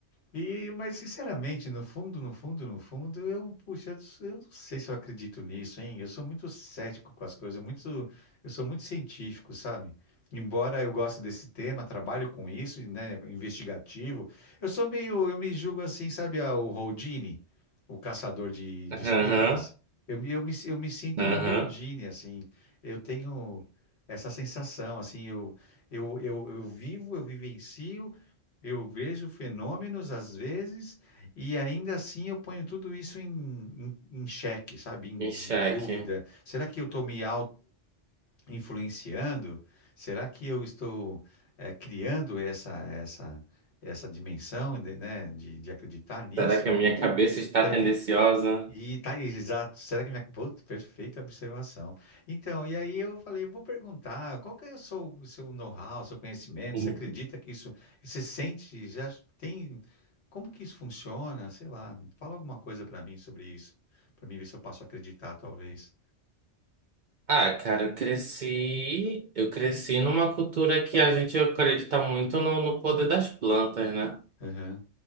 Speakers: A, on the left; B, on the right.
A: E, mas sinceramente, no fundo, no fundo, no fundo, eu, puxa, eu s- eu não sei se eu acredito nisso, hein? Eu sou muito cético com as coisas, muito, eu sou muito científico, sabe? Embora eu goste desse tema, trabalho com isso, né, investigativo, eu sou meio, eu me julgo assim, sabe, ah, o Houdini, o caçador de,
B: Aham,
A: de espíritas. Eu, me- eu me, eu me sinto
B: aham.
A: um Houdini, assim. Eu tenho essa sensação, assim, eu, eu, eu, eu vivo, eu vivencio eu vejo fenômenos às vezes e ainda assim eu ponho tudo isso em, em, em xeque, sabe? Em, em
B: Em xeque.
A: dúvida. Será que eu estou me auto-influenciando? Será que eu estou eh, criando essa, essa, essa dimensão, de- né, de, de acreditar nisso?
B: Será que a minha cabeça está
A: Será
B: tendenciosa?
A: que, e tá aí, exato. Será que minha. Pô, perfeita observação. Então, e aí eu falei, vou perguntar, qual que é o seu, o seu know-how, o seu conhecimento?
B: Uhum.
A: Você acredita que isso. Você sente, já tem. Como que isso funciona? Sei lá, fala alguma coisa pra mim sobre isso. Pra mim ver se eu posso acreditar, talvez.
B: Ah, cara, eu cresci, eu cresci numa cultura que a gente acredita muito no, no poder das plantas, né?
A: Aham,